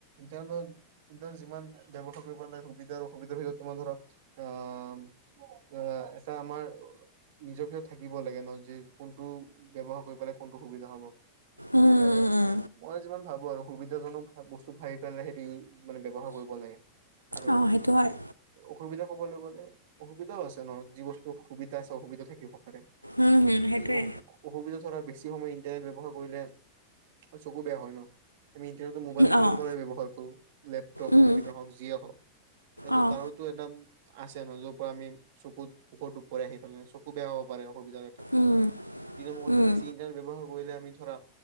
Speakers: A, on the right (about 50°); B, on the right (about 85°).
A: তেওঁলোকৰ যিমান ব্যৱসায় কৰিব পাৰে সুবিধা অসুবিধাৰ তোমাৰ ধৰা- আঁহ এতিয়া আমাৰ- নিজৰ ভাগত থাকিব লাগে ন যে কোনটো ব্যৱহাৰ কৰি পেলাই কোনটো সুবিধা হ'ব।
B: উম
A: ত'-
B: উম উম,
A: মই যিমান ভাবো আৰু সুবিধাজনক বস্তু চাই পেলাই সেইটো ইউজ মানে ব্যয়ৱহাৰ কৰিব লাগে। আৰু-
B: অঁ সেইটো হয়
A: অসুবিধা কবলৈ গ'লে অসুবিধাও আছে ন যি বস্তু সুবিধা আছে অসুবিধা থাকিব পাৰে।
B: উম হুম সেইটোৱে
A: অ অসুবিধা ধৰা বেছি- সময় ইণ্টাৰনেট ব্যৱহাৰ কৰিলে চকু বেয়া হয় ন। আমি ইণ্টাৰনেটটো মোবাইল ফোনৰ
B: অঁ
A: পৰাই ব্যৱহাৰ কৰোঁ লেপটপ
B: উম
A: কম্পিউটাৰ হওঁক যিয়েই হওঁক। সেইটো
B: অঁ
A: তাৰো- সেইটো এটা আছে ন যৰ পৰা আমি চকুত ওধ পৰে আহি পালে চকু বেয়া হ'ব পাৰে অসুবিধা।
B: উম
A: এতিয়া কথা
B: উম
A: বেছি- ইন্টাৰনেট ব্যৱহাৰ কৰিলে আমি ধৰা